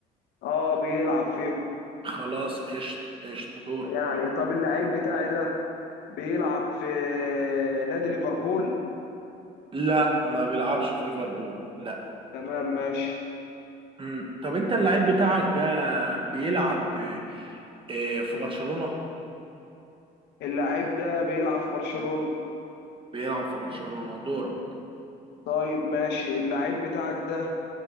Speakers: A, on the left (about 80°); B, on the right (about 30°).
A: اه بيلعب فيه
B: خلاص قشطه قشطه دورك
A: يعني طب اللعيب بتاعي ده بيلعب في نادي ليفربول
B: لا ما بيلعبش في ليفربول لا
A: تمام ماشي
B: مم. طب انت اللعيب بتاعك ده بيلعب آه، في برشلونة
A: اللعيب ده بيلعب في برشلونة
B: بيلعب في برشلونة دورك
A: طيب ماشي اللعيب بتاعك ده